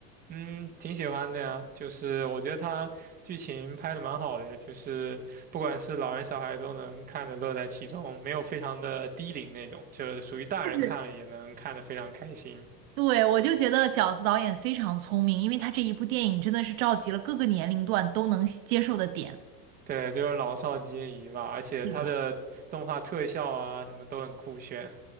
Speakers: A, on the right; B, on the right.
A: 嗯，挺喜欢的呀，就是我觉得它剧情拍的蛮好的，就是不管是老人小孩都能看着乐在其中，没有非常的低龄那种，就是属于大人看了也能看得非常开心。
B: 就是对，我就觉得饺子导演非常聪明，因为他这一部电影真的是召集了各个年龄段都能接受的点。
A: 对，就是老少皆宜吧，而且它的动画特效啊什么都很酷炫。
B: 是的。